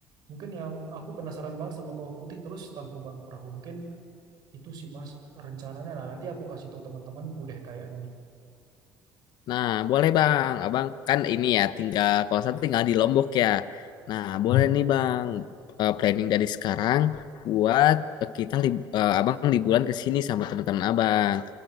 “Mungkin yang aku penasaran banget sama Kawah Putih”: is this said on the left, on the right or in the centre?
Right